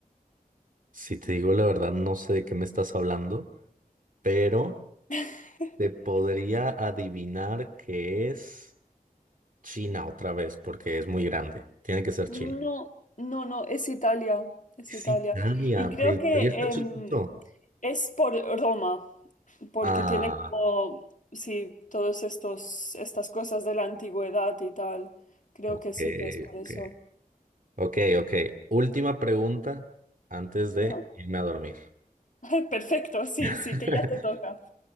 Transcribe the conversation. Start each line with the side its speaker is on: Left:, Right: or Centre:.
Right: Si te digo la verdad, no sé de qué me estás hablando, pero
Left: <laughs>
Right: te podría adivinar que es China otra vez, porque es muy grande. Tiene que ser
Left: No,
Right: China.
Left: no, no, es Italia, es
Right: Es
Left: Italia.
Right: Italia,
Left: Y creo
Right: pero Italia
Left: que
Right: está chiquito.
Left: em, es por Roma. porque
Right: Ah,
Left: tiene como, sí, todos estos, estas cosas de la antigüedad y tal. Creo
Right: ok,
Left: que sí que es por
Right: ok.
Left: eso.
Right: Ok, ok. Última pregunta antes de
Left: Ajá.
Right: irme a dormir.
Left: <laughs> Perfecto, sí,
Right: <laughs>
Left: sí, que ya te toca.